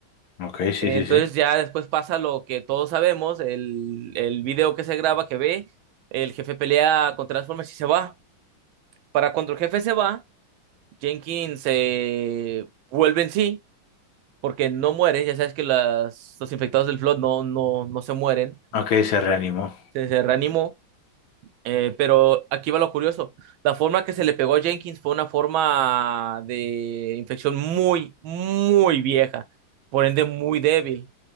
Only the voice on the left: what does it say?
Ok, sí,
sí, sí.
Ok, se reanimó.